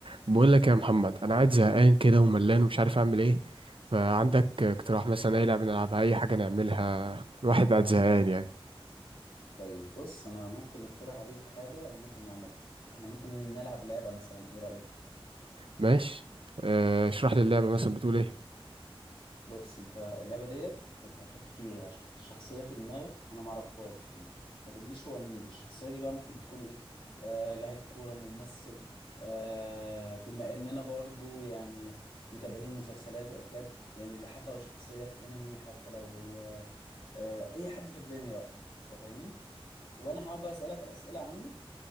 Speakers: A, on the right; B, on the left.
A: بقول لك يا محمد انا قاعد زهقان كده وملان ومش عارف اعمل ايه فعندك اقتراح مثلا اي لعبه نلعبها اي حاجه نعملها الواحد قاعد
B: مم.
A: زهقان يعني
B: طيب بص انا ممكن اقترح عليك حاجه ممكن نعملها احنا ممكن نلعب لعبه مثلا ايه رايك
A: ماشي آه، اشرح لي اللعبه مثلا بتقول ايه
B: بص انت اللعبه ديت انت هتحط فيها ش- شخصيه في دماغك انا ما اعرفهاش يعني ما تقوليش هو مين الشخصيه دي بقى ممكن تكون ايه آه لاعب كوره ممثل آه بما اننا برضو يعني متابعين مسلسلات وافلام يعني حتى لو شخصيه في انمي حتى لو آه آه، اي حد في الدنيا بقى انت فاهمني وانا هقعد بقى اسالك اسئله عنه